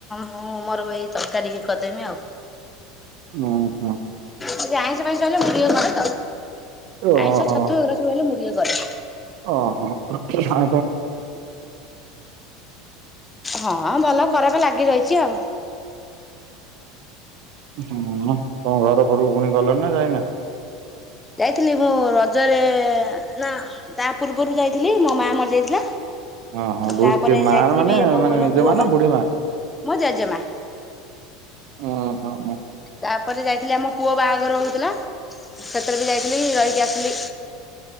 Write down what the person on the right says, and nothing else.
ନୋ ହୋ।
ଓହୋ
ଓହୋ। ଓ କେ ହଁ।
ତମ ଘର ଫରକୁ ପୁଣି ଗଲେଣି ନା ଯାଇନା?
ଓ ହଁ
ମା
ର ମାନେ
ମାନେ
ନିଜ
ମା
ନା ବୁଢୀ ମା?
ଓହୋ।